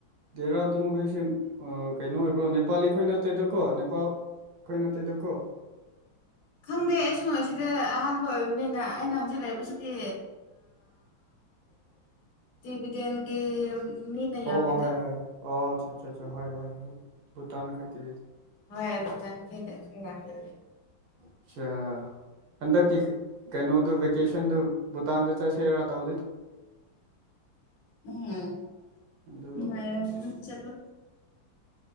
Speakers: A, on the right; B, on the left.
A: ꯗꯦꯔꯥꯗꯨꯟ ꯈꯩꯁꯦ ꯑ ꯀꯩꯅꯣ ꯑꯣꯕ꯭ꯔ ꯅꯦꯄꯥꯂꯤ ꯈꯣꯏ ꯅꯇꯦꯗꯀꯣ ꯅꯦꯄꯥ ꯑꯩꯈꯣꯏ ꯅꯇꯦꯗꯀꯣ
B: ꯈꯪꯗꯦ ꯑꯩ ꯁꯨ ꯑꯁꯤꯗ ꯑꯍꯥꯟꯕ ꯑꯣꯏꯕꯅꯤꯅ ꯑꯩꯅ ꯍꯧꯖꯤꯛ ꯂꯩꯕꯁꯤꯗꯤ
A: <inaudible>
B: ꯇꯤꯕꯤꯗꯦꯟꯒꯤ ꯃꯤꯅ ꯌꯥꯝꯃꯦꯗ
A: ꯑꯣ ꯍꯣꯏ ꯍꯣꯏ ꯑꯣ ꯑꯆꯥ ꯆꯥ ꯆꯥ ꯍꯣꯏ ꯍꯣꯏ ꯍꯣꯏ ꯕꯨꯇꯥꯟ ꯈꯣꯢꯗꯤ
B: ꯍꯣꯏ ꯕꯨꯇꯥꯟ ꯈꯣꯏꯗ ꯈꯔ ꯌꯥꯝꯃꯤ
A: ꯑꯆꯥ ꯍꯟꯗꯛꯀꯤ ꯀꯩꯅꯣꯗꯨ ꯚꯦꯀꯦꯁꯟꯗꯨ ꯚꯨꯇꯥꯟꯗ ꯆꯠꯁꯦꯔꯥ ꯇꯧ
B: ꯎꯝ <unintelligible>
A: ꯑꯗꯨ